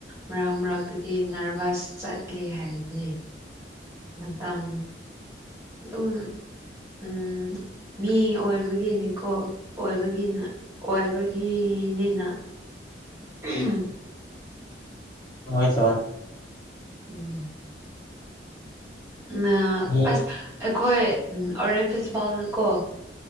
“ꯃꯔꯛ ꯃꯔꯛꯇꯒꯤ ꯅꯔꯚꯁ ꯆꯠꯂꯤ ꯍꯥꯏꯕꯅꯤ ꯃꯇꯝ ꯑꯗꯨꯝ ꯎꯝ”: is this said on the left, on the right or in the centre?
Right